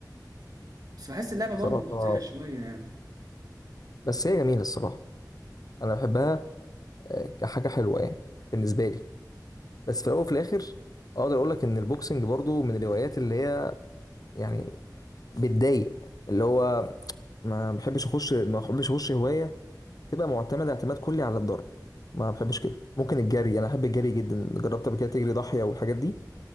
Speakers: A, on the right; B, on the left.
A: بس بحس اللعبه
B: صراحة
A: برضو محزنه شويه يعني
B: بس هي جميلة الصراحة انا بحبها آه، كحاجة حلوة يعني بالنسبة لي بس في الاول وفي الاخر اقدر اقول لك ان البوكسنج برضو من الهوايات اللي هي يعني بتضايق اللي هو ما بحبش اخش ما بحبش اخش هوايه تبقى معتمده اعتماد كلي على الضرب ما بحبش كده ممكن الجري انا احب الجري جدا جربت قبل كده تجري ضاحيه والحاجات دي